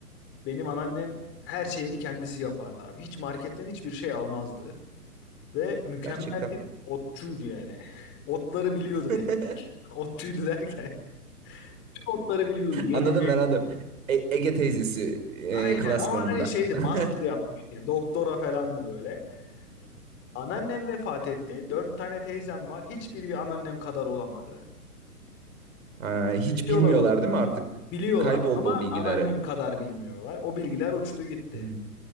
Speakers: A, on the left; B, on the right.
A: Benim anneannem her şeyini kendisi yapardı abi. Hiç marketten hiçbir şey almazdı. Ve mükemmel
B: Gerçekten.
A: bir otçuydu yani. <laughs> Otları biliyordu
B: <laughs>
A: tek tek. <laughs> Otçuydu derken. Tüm otları biliyordu yenecek.
B: Anladım ben anladım. E- Ege teyzesi e,
A: Aynen
B: klasmanında.
A: ama hani şeydi
B: <laughs>
A: master yapmış. Yani. Doktora falandı böyle. Anneannem vefat etti. Dört tane teyzem var. Hiçbiri bir anneannem kadar olamadı.
B: Ha,
A: Hepsi
B: hiç
A: biliyorlar
B: bilmiyorlar
A: otu.
B: değil mi artık?
A: Biliyorlar
B: Kayboldu
A: ama
B: o bilgiler
A: anneannem
B: hep.
A: kadar bilmiyorlar. O bilgiler uçtu gitti.
B: Hı.